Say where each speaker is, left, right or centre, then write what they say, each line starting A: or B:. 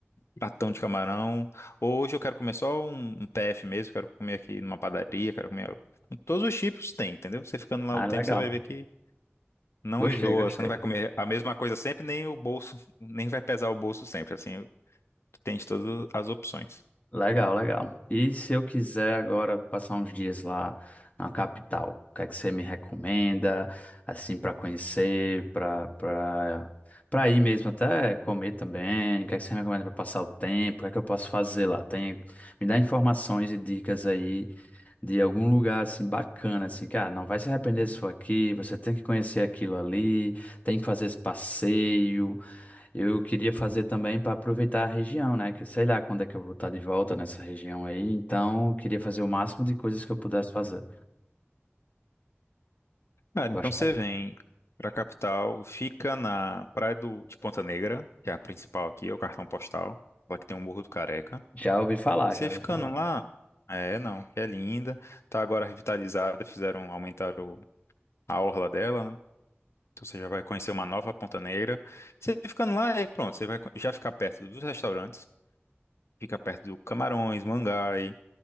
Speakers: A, on the left (about 70°); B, on the left (about 35°).
A: pratão de camarão. Ou hoje eu quero comer só um, um PF mesmo, quero comer aqui numa padaria, quero comer. um, Todos os tipos tem, entendeu? Você ficando lá
B: Ah,
A: o tempo,
B: legal.
A: você vai ver que não
B: Gostei,
A: enjoa,
B: gostei.
A: você não vai comer a mesma coisa sempre, nem o bolso, <laughs> nem vai pesar o bolso sempre. Assim, tem de todas as opções.
B: Legal, legal. E se eu quiser agora passar uns dias lá na capital, o que é que você me recomenda, assim, para conhecer, para para para ir mesmo até comer também? O que é que você me recomenda para passar o tempo? O que é que eu posso fazer lá? Tem, me dá informações e dicas aí de algum lugar assim bacana, assim, cara, não vai se arrepender se for aqui, você tem que conhecer aquilo ali, tem que fazer esse passeio. Eu queria fazer também para aproveitar a região, né? Que sei lá quando é que eu vou estar de volta nessa região aí, então eu queria fazer o máximo de coisas que eu pudesse fazer.
A: Cara,
B: Gostaria.
A: então você vem pra capital, fica na Praia do, de Ponta Negra, que é a principal aqui, é o cartão postal, lá que tem o Morro do Careca.
B: Já ouvi falar,
A: Você
B: já
A: ficando
B: ouvi falar.
A: lá, é, não, que é linda, tá agora revitalizada, fizeram, aumentaram a orla dela, né? Então você já vai conhecer uma nova Ponta Negra. Você ficando lá, aí pronto, você vai co- já ficar perto dos restaurantes, fica perto do Camarões, Mangai,